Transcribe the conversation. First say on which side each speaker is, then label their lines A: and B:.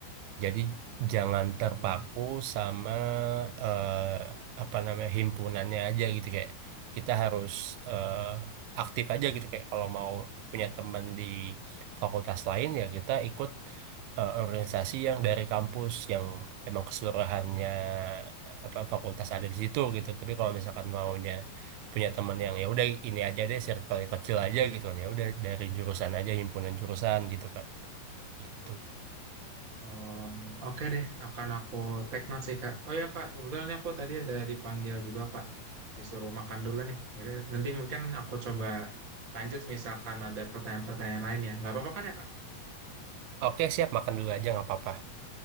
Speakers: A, on the right (about 85°); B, on the right (about 35°).
A: Jadi
B: Wah,
A: jangan terpaku
B: hmm.
A: sama eh, apa namanya himpunannya aja gitu kayak kita harus eh, aktif aja gitu kayak kalau mau punya teman di fakultas lain ya kita ikut eh, organisasi yang dari kampus yang emang keseluruhannya apa fakultas ada di situ gitu. Tapi kalau misalkan maunya punya teman yang ya udah ini aja deh circle yang kecil aja gitu kan ya udah dari jurusan aja himpunan jurusan gitu kan. Gitu.
B: Oh, oke deh, akan aku take note sih Kak. Oh ya Kak, kebetulan ini aku tadi ada dipanggil juga Kak, disuruh makan dulu nih. Jadi nanti mungkin aku coba lanjut misalkan ada pertanyaan-pertanyaan lain ya. Nggak apa-apa kan ya Kak?
A: Oke, siap. Makan dulu aja, nggak apa-apa.